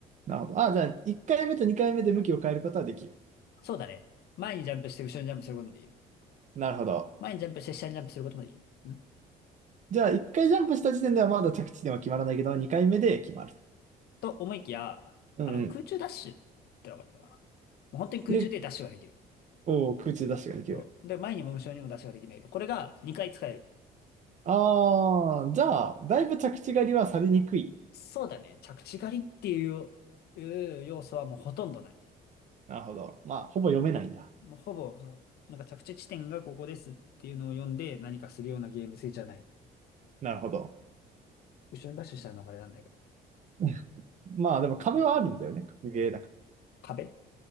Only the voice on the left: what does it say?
そうだね。前にジャンプして後ろにジャンプすることもできる。
前にジャンプして下にジャンプすることもできる。ん
と思いきや、
あの、空中ダッシュってのがあるかな。もう本当に空中でダッシュができる。
そう。で、前にも後ろにもダッシュができないけど、これが2回使える。
そうだね。着地狩りっていう、いう要素はもうほとんどない。
もうほぼ、そうなんか着地地点がここですっていうのを読んで何かするようなゲーム性じゃない。
後ろにダッシュしたら逃れられないから。
うん
壁